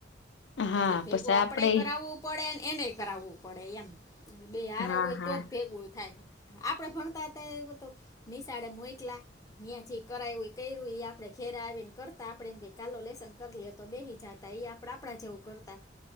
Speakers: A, on the left (about 75°); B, on the left (about 20°).
A: હા
B: એટલે ભેગું
A: પછી આપડે
B: આપણેે કરાવવું પડેને એને કરાવવું પડે એમ. બે હારે
A: હા
B: હોય
A: હા
B: તો જ ભેગું થાય આપડે ભણતા હતા એ બ તો નિશાળે મોયકલા ન્યા જે કરાયું કર્યું એ આપડે ઘેરા આવીને કરતા આપડે એમકે ચાલો લેશન કર લ્યો તો બેહિ જાતા એ આપણા આપણા જેવું કરતા